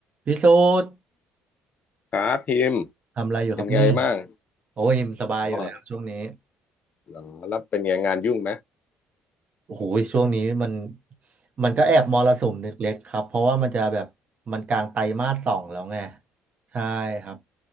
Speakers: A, on the right; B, on the left.
A: พี่สูด
B: ครับพิมพ์
A: ทำอะไรอยู่ครับเนี่ย
B: เป็นไงบ้าง
A: โอ้ยสบายอยู่แล้วช่วงนี้
B: อ๋อเหรัแล้วเป็นไงงานยุ่งไหม
A: โอ้โหช่วงนี้มันมันก็แอบมรสุมเล็กๆครับเพราะว่ามันจะแบบมันกลางไตรมาสสองแล้วไงใช่ครับ